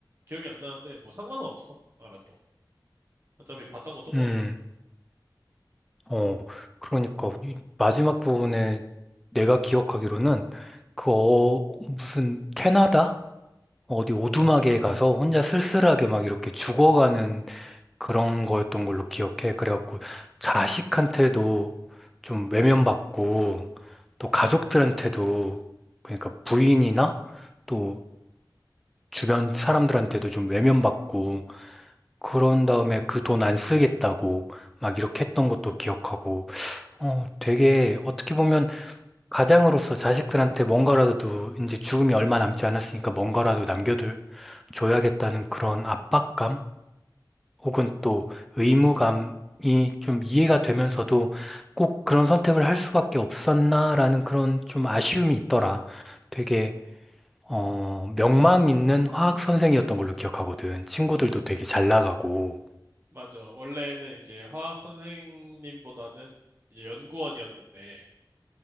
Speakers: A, on the right; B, in the centre.
A: 기억이 안 나는데 뭐 상관은 없어. 알아도. 어차피 봤던 거 또 보는
B: 음,
A: 거라.
B: 어, 그러니까 이 마지막 부분에 내가 기억하기로는 그 어, 무슨 캐나다? 어디 오두막에 가서 혼자 쓸쓸하게 막 이렇게 죽어가는 그런 거였던 걸로 기억해. 그래갖고 자식한테도 좀 외면받고 또 가족들한테도 그러니까 부인이나 또 주변 사람들한테도 좀 외면받고 그런 다음에 그 돈 안 쓰겠다고 막 이렇게 했던 것도 기억하고 어 되게 어떻게 보면 가장으로서 자식들한테 뭔가라도 이제 죽음이 얼마 남지 않았으니까 뭔가라도 남겨둘 줘야겠다는 그런 압박감 혹은 또 의무감이 좀 이해가 되면서도 꼭 그런 선택을 할 수밖에 없었나라는 그런 좀 아쉬움이 있더라. 되게 어, 명망 있는 화학 선생이었던 걸로 기억하거든. 친구들도 되게 잘 나가고.
A: 맞아. 원래는 이제 화학 선생님보다는 이제 연구원이었는데